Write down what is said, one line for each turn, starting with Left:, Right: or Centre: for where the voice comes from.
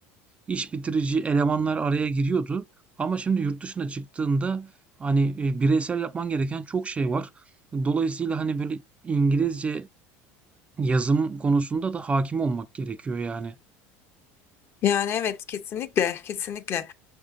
Right: iş bitirici elemanlar araya giriyordu. Ama şimdi yurt dışına çıktığında hani e, bireysel yapman gereken çok şey var. Dolayısıyla hani böyle İngilizce yazım konusunda da hakim olmak gerekiyor yani.
Left: Yani evet kesinlikle kesinlikle.